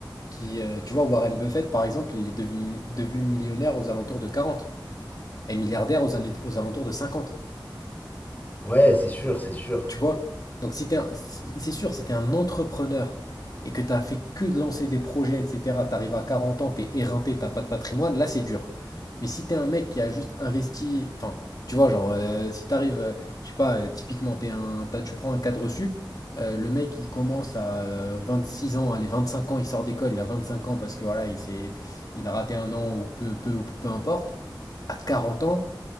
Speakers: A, on the left; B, on the left.
A: qui, euh, tu vois, Warren Buffett, par exemple, il est devenu, devenu millionnaire aux alentours de 40 et milliardaire aux, années- aux alentours de 50.
B: Ouais, c'est sûr, c'est sûr.
A: Tu vois? Donc si t'es un- si- c'est sûr, si t'es un entrepreneur et que t'as fait que de lancer des projets, etc., t'arrives à 40 ans, t'es éreinté, t'as pas de patrimoine, là c'est dur. Mais si t'es un mec qui a juste investi, enfin, tu vois, genre, euh, si t'arrives, euh, je sais pas, euh, typiquement, t'es un, t'as- tu prends un cadre sup, euh, le mec il commence à euh, six ans, allez, 25 ans, il sort d'école, il a 25 ans parce que voilà, il s'est, il a raté un an ou peu, peu, ou peu importe, à 40 ans,